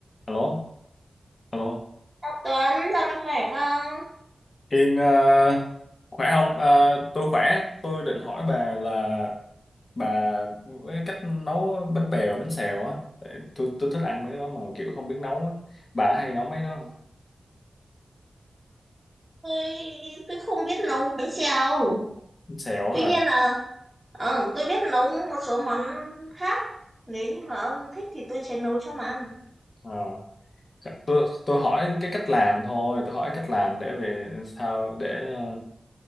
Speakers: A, on the left; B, in the centre.
A: Alo, alo.
B: Tuấn, dạo này khỏe không?
A: Yên ờ, khỏe không? Ờ, tôi khỏe. Tôi định hỏi bà là bà cái cách nấu bánh bèo, bánh xèo á. Tại Tôi tôi thích ăn mấy cái đó mà kiểu không biết nấu á. Bà hay nấu mấy đó không?
B: Tôi tôi không biết nấu bánh xèo.
A: Bánh xèo
B: Tuy
A: á
B: nhiên
A: hả?
B: là ờ, tôi biết nấu một số món khác. Nếu như mà ông thích thì tôi sẽ nấu cho mà ăn.
A: Ờ, tôi tôi hỏi cái cách làm thôi. Tôi hỏi cách làm để về sao để ờ,